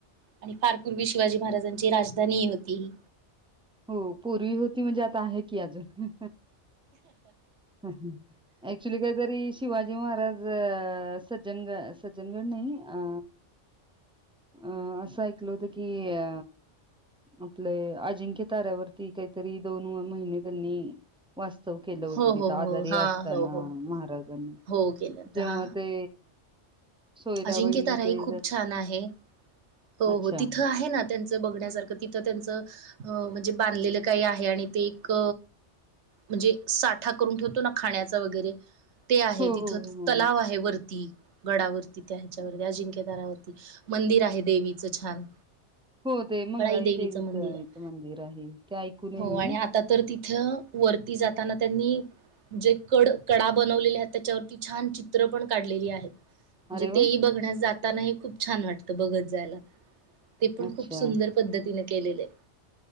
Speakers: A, on the right; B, in the centre.
A: आणि फार पूर्वी शिवाजी महाराजांची राजधानी होतीी
B: हो पूर्वी होती म्हणजे आता आहे की अजून हम हम अक्च्युली काहीतरी शिवाजी महाराज सज्जनग सज्जनगड नाही अ अं असं ऐकलं होतं की अ आपले अजिंक्य ताऱ्यावरती काहीतरी दोन महिने त्यांनी वास्तव केलं होतं
A: हो हो
B: त आधारी
A: हो हा
B: असताना
A: हो हो
B: महाराजांनी
A: हो केलं तर
B: जेव्हा
A: हा
B: ते सोयराबाईनी
A: अजिंक्य ताराई
B: ते
A: खूप छान आहे. हो
B: अच्छा
A: हो तिथं आहे ना त्यांचं बघण्यासारखं तिथं त्यांचं अ म्हणजे बांधलेलं काही आहे आणि ते एक म्हणजे साठा करून ठेवतो ना खाण्याचा वगैरे ते आहे
B: हो
A: तिथं
B: हो हो हो
A: तलाव आहे वरती गडावरती त्या ह्याच्यावर
B: हो.
A: अजिंक्यदारावरती मंदिर आहे देवीचं छान
B: हो ते मंगळाई
A: देवीचं
B: देवीचच
A: मंदिर आहे
B: मंदिर आहे ते ऐकू नये
A: हो
B: मी
A: आणि आता तर त तथ्य वरती जाताना त्यांनी जे कड कडा बनवलेले आहेत त्याच्यावरती छान चित्र पण काढलेली आहेत म्हणजे
B: अरे वा
A: तेही बघण्यास जातानाही खूप छान वाटतं बघत जायला ते पण
B: अच्छा
A: खूप सुंदर पद्धतीने केलेले